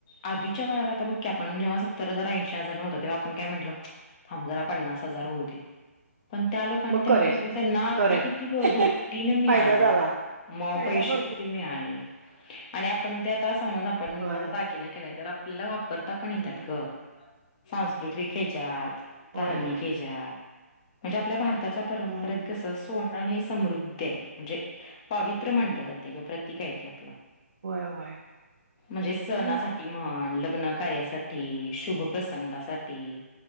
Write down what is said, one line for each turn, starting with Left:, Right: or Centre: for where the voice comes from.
Left: आधीच्या काळात आता बघ की आपण जेव्हा सत्तर हजार ऐंशी हजार न होत तेव्हा आपण काय म्हटलं थांब जरा पन्नास हजार होऊ दे पण त्या लोकांनी
Right: मग
Left: तेव्हा
Right: करे
Left: घेतलेलं त्यांना आता
Right: करे
Left: किती गं दुपटीनं मिळालं
Right: फायदा झालाय.
Left: म
Right: फायदा
Left: पैसे
Right: भरपूर
Left: किती मिळाले आणि आपण ते आता समज आपण
Right: होय
Left: आता दागिना केलाय तर आपल्याला वाप परता पण येत्यात
Right: हम्म
Left: ग सांस्कृतिक हेज्यात धार्मिक
Right: होय होय
Left: हेज्यात म्हणजे आपल्या भारताच्या परंपरेत
Right: हम्म
Left: कसं सोनं नं हे समृद्धि हाय, म्हणजे पावित्र मानलं जातय ग प्रतिक आहे ते आपलं
Right: होय होय
Left: म्हणजे सणासाठी
Right: हम्म
Left: म्हण ल ग्न कार्यासाठी शुभ प्रसंगासाठी